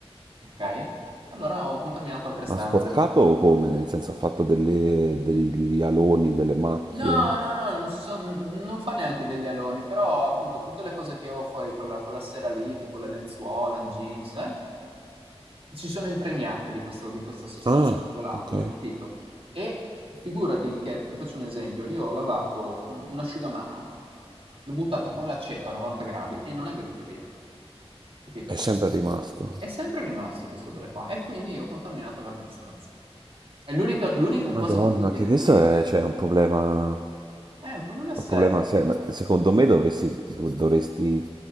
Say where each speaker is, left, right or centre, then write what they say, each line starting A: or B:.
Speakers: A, on the right (about 60°); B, on the right (about 45°).
A: ok? Allora ho contaminato altre stanze.
B: Ma sporcato o come? Nel senso ha fatto delle- degli aloni, delle macchie?
A: No, no, no, non, so- non fa neanche degli aloni, però appunto tutte le cose che avevo fuori quella, quella sera lì, tipo le lenzuola, jeans, eh, si sono impregnate di, questo- di questa sostanza
B: Ah,
A: volatile,
B: ok.
A: capito? E figurati che, ti faccio un esempio, io ho lavato un, un asciugamano, l'ho buttato con l'aceto a 90 gradi e non è venuto via. Capito?
B: È sempre rimasto.
A: È sempre rimasto questo odore qua e quindi io ho contaminato l'altra stanza. È l'unica l'unica
B: Madonna,
A: cosa con cui viene
B: che questo
A: via
B: è, cioè, un problema,
A: eh, un problema serio.
B: un problema serio. Ma secondo me dovresti, dov- dovresti,